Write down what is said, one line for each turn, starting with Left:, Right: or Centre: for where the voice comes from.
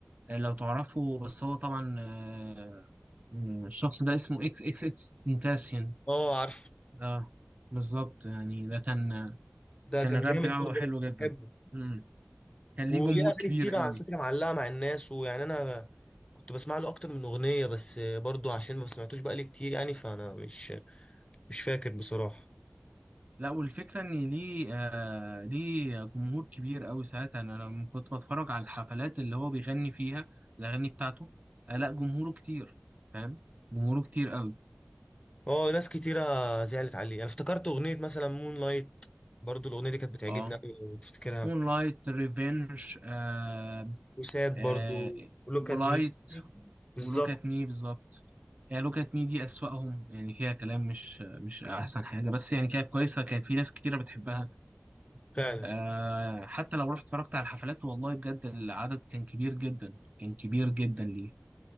Right: آه، لو تعرفه بس هو طبعا آه، مم، الشخص ده اسمه اكس اكس اكس تنتاسيون
Left: اه عارف
Right: اه بالظبط يعني ده كان آه،
Left: ده
Right: كان
Left: كان
Right: الراب
Left: جامد
Right: بتاعه
Left: برضو
Right: حلو
Left: أنا
Right: جدا
Left: بحبه
Right: مم. كان
Left: وليه
Right: ليه جمهور
Left: اغاني
Right: كبير
Left: كتير
Right: قوي
Left: على فكرة معلقة مع الناس ويعني انا كنت بسمع له اكتر من اغنية بس برضو عشان ما سمعتوش بقالي كتير يعني فانا مش مش فاكر بصراحة
Right: لا والفكرة إن ليه آه ليه جمهور كبير أوي ساعتها أنا لما كنت بتفرج على الحفلات اللي هو بيغني فيها الأغاني بتاعته آه لا جمهوره كتير فاهم جمهوره كتير أوي
Left: اه ناس كتيرة زعلت عليه انا افتكرت اغنية مثلا مون لايت برضو الاغنية دي كانت بتعجبني
Right: أه
Left: قوي لو تفتكرها
Right: مون لايت ريفينج آه
Left: وساد
Right: آه
Left: برضو ولوك
Right: ولايت
Left: ات مي بالظبط
Right: ولوك أت مي بالظبط يعني لوك أت مي دي أسوأهم يعني فيها كلام مش مش أحسن حاجة بس يعني كانت كويسة كانت في ناس كتيرة بتحبها
Left: فعلا
Right: آه حتى لو رحت اتفرجت على الحفلات والله بجد العدد كان كبير جدا كان كبير جدا ليه